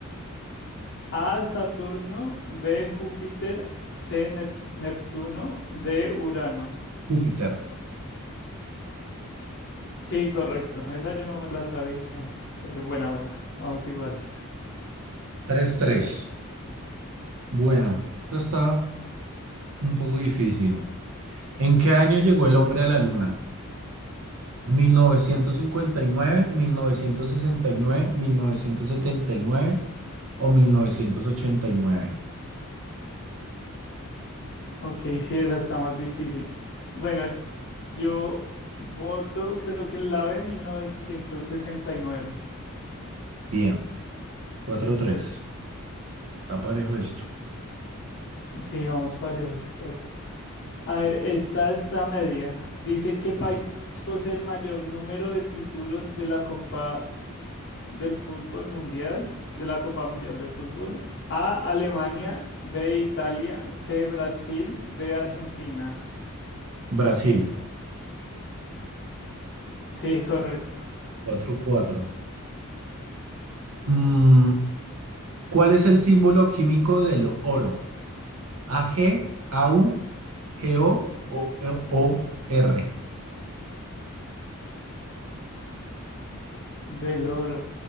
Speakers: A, on the left; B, on the right.
A: A, Saturno, B, Júpiter, C, Ne- Neptuno, D, Urano.
B: Júpiter,
A: Sí, correcto. Esa yo no me la sabía, pero buena, buena. Vamos iguales.
B: Tres tres. Bueno, esto está un poco difícil. ¿En qué año llegó el hombre a la luna? Mil mil mil novecientos novecientos novecientos cincuenta y nueve, mil novecientos sesenta y nueve, nueve, sesenta setenta y nueve o 1989.
A: Ok, sí, esa está más difícil. Bueno, yo voto, creo que la B, 1969.
B: Bien, 4 tres. Está parejo esto.
A: Sí, vamos parejos, Jack. A ver, esta está media. Dice, ¿qué país posee el mayor número de títulos de la Copa del Fútbol Mundial? De la Copa Mundial de Fútbol. A, Alemania, B, Italia, C, Brasil, D, Argentina.
B: Brasil,
A: Sí, correcto.
B: 4 cuatro. Mm, ¿cuál es el símbolo químico del oro? ¿AG, AU, GO o, o R?
A: Del oro.